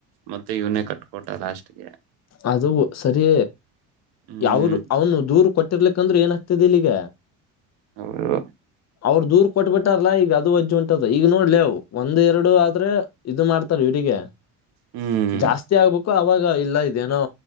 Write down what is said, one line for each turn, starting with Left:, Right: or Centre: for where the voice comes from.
Right: ಮತ್ತೆ ಇವನೇ ಕಟ್ಕೊಟ ಲಾಸ್ಟ್ಗೆ.
Left: ಅದು ಸರಿ
Right: ಹ್ಮ್
Left: ಯಾವರು ಅವನು ದೂರು ಕೊಟ್ಟಿರ್ಲಿಕ್ಕಂದ್ರ ಏನಾಗ್ತಿದಿಲ್ಲಿಗ.
Right: <inaudible>
Left: ಅವ್ರ ದೂರ್ ಕೊಟ್ಬಿಟ್ಟಾರಲ್ಲ ಈಗ ಅದು ವಜ್ಜಿ ಹೊಂಟದ. ಈಗ ನೋಡ್ಲೆ ಒಂದ್ ಎರಡು ಆದ್ರೆ, ಇದು ಮಾಡ್ತಾರ ಇವರಿಗೆ.
Right: ಹ್ಮ್
Left: ಜಾಸ್ತಿ ಆಗ್ಬೇಕು ಅವಾಗ ಇಲ್ಲ ಇ ಇದೇನೋ